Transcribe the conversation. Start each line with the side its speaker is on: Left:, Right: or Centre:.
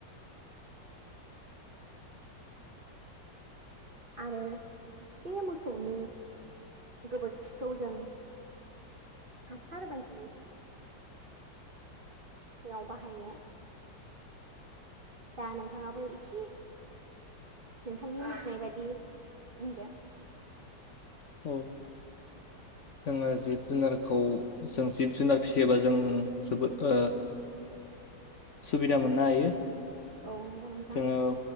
Left: <inaudible>
Right: आरो बे मोसौनि गोबोरखिखौ जों हासार बायदि याव बाहायो दा नोंथाङाबो एसे नोंथांनि मिथिनाय बायदि बुंदो
Left: औ जोङो जिब जुनारखौ जों जिब जुनार फिसियोबा जों जोबोद सुबिदा मोननो हायो
Right: औ नंगौ नोंथां
Left: जोङो